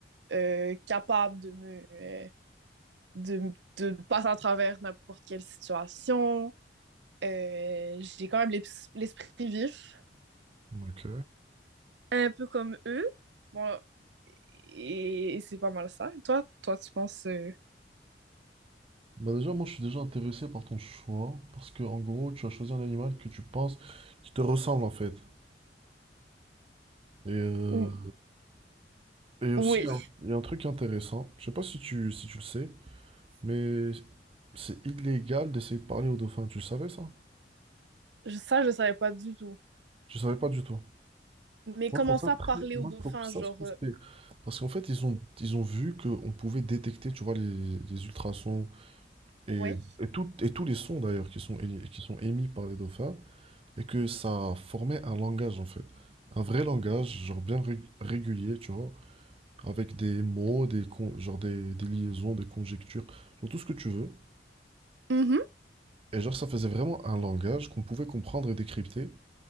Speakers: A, on the right; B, on the right.
A: euh, capable de me, euh, de, de passer à travers n'importe quelle situation. Euh, j'ai quand même l'esprit vif,
B: ok.
A: un peu comme eux. Bon, et, et c'est pas mal ça. Et toi, toi, tu penses... euh,
B: Bah déjà, moi, je suis déjà intéressé par ton choix parce que en gros, tu as choisi un animal que tu penses qui te ressemble en fait. Et, euh,
A: ou-
B: et aussi,
A: Oui,
B: il y a un il y a un truc intéressant. Je sais pas si tu, si tu le sais. Mais c'est illégal d'essayer de parler au dauphin. Tu le savais ça?
A: Je- ça, je savais pas du tout.
B: Je savais pas du tout.
A: Mais
B: Moi,
A: comment
B: je trouve
A: ça,
B: ça très...
A: parler
B: Moi,
A: aux dauphins,
B: je trouve ça
A: genre...
B: suspect.
A: euh,
B: Parce qu'en fait, ils ont, ils ont vu qu'on pouvait détecter, tu vois, les, les ultrasons et,
A: Oui.
B: et, tout- et tous les sons d'ailleurs qui sont, éli- qui sont émis par les dauphins et que ça formait un langage en fait. Un vrai langage, genre bien ré- régulier, tu vois, avec des mots, des, con- genre des, des liaisons, des conjectures, genre tout ce que tu veux.
A: Mhm.
B: Et genre, ça faisait vraiment un langage qu'on pouvait comprendre et décrypter.